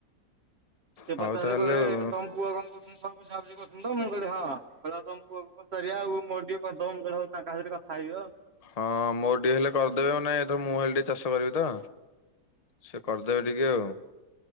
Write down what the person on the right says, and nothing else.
ସେ
ପଚାରୁଥିଲେ
କହିଲେ
ତମ ପୁଅ କଣ କ <unintelligible> ସବୁ ବୁଝାବୁଝି କରୁଛନ୍ତି ତ ମୁଁ କହିଲି ହଁ କହିଲେ ହଁ ତମ ପୁଅକୁ ପଚାରିଆ ଆଉ ମୋର ଟିକେ କରିଦବ, ମୁଁ କହିଲି ହଉ ତାଙ୍କ <unintelligible> କ ଥା ହେଇଯିବ ଆଉ।